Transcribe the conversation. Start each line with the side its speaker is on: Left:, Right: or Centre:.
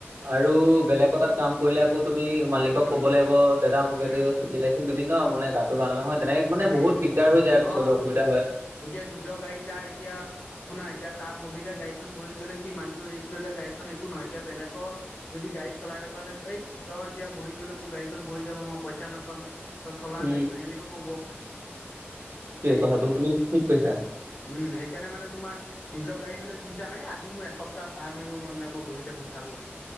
Right: আৰু বেলেগ তাত কাম কৰিলে আকৌ তুমি মালিকক
Left: উম
Right: ক'ব লাগিব দ মোক এ
Left: উম
Right: ছুটি লাইছিল দুদিনৰ মানে গাটো ভাল নহয় তেনেকে মানে
Left: উম
Right: বহুত দিগদাৰ হৈ যায় পিছলৈ
Left: অ
Right: অসুবিধা হয়
Left: এতিয়া নিজৰ গাড়ী তাৰ এতিয়া শুনা এতিয়া তাৰ বহিলে গাড়ী বহি গ'লে সিমান ৰেষ্ট ল'লে গাড়ীখন একো নহয় এতিয়া বেলেগৰ যদি গাড়ী চলাই থকা হ'লে এই তই এতিয়া বহি গ'লে মোৰ গাড়ীখন বহি যাব মই পইচা নাপাম তই চলা
Right: উম
Left: গাড়ীখন এনেকৈ ক'ব। সেইটোৱে
Right: কথাটো তুমি ঠিক কৈছা
Left: উম সেইকাৰণে মানে তোমাৰ নিজৰ গাড়ী হ'লে চিন্তা নাই আজিৰ এসপ্টাহ ভাড়ামাৰি'ব মন নাই মই বহি থাকো থাকো